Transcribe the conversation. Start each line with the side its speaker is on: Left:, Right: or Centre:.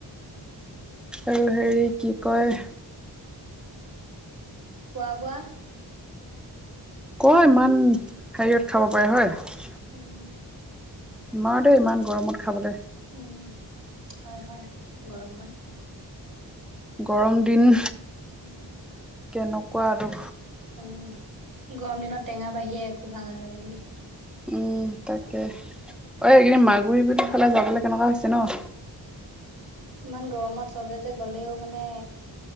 Right: তাৰপিছত
Centre: আৰু হেৰি কি কয়?
Right: খোৱা বোৱা
Centre: ক ইমান হেৰিয়ত খাব পাৰে হয়।
Right: উম
Centre: নোৱাৰো দেই ইমান গৰমত খাবলৈ।
Right: উম, হয় হয় গৰমত।
Centre: গৰম দিন
Right: উম।
Centre: কেনেকুৱা আৰু?
Right: উম, গৰম দিনত টেঙা বাহিৰে একো ভাল নালাগে নেকি?
Centre: উম তাকে অ' এইকেইদিন মাগুৰি বিল ফালে যাবলৈ কেনেকুৱা হৈছে ন'?
Right: ইমান গৰমত সবতে গলেও মানে